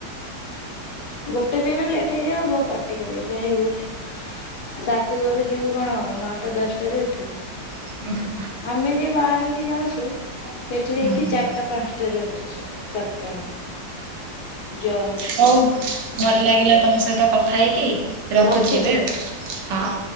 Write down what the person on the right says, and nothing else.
<unintelligible>
ଓହୋ।
ହୋଉ ଭଲ ଲାଗିଲା ତମ ସହିତ କଥା ହେଇକି
ରଖୁଚି
ଏବେ ଆଉ
ହଁ।